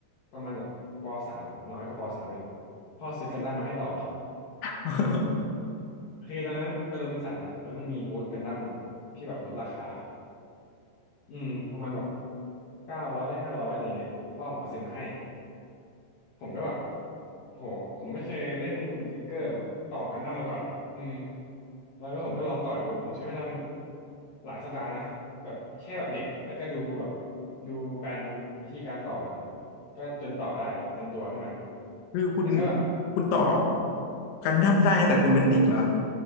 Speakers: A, on the left; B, on the left.
A: ประมาณแบบปสามอะน้อยกว่าปสามอีกพ่อซื้อกันดั้มมาให้ต่อ
B: <laughs>
A: คือตอนนั้นไปโรบินสันอะแล้วมันมีบูธกันดั้มที่แบบลดราคาอืมประมาณแบบเก้าร้อยห้าร้อยอะไรเงี้ยพ่อผมก็ซื้อมาให้ ผมก็แบบโหผมไม่เคยเล่นฟิกเกอร์แบบต่อกันดั้มมาก่อนอ่ะอืมแล้วก็ผมก็ลองต่อดู ผมใช้เวลาเป็นหลายสัปดาห์นะแบบแค่แบบเด็กอะแล้วก็ดูแบบดูแปลนวิธีการต่อนะก็จนต่อได้เป็นตัวขึ้นมา
B: คือคุณ
A: แต่ก็แบบ
B: คุณต่อกันดั้มได้ตั้งแต่คุณเป็นเด็กเหรอ
A: อืม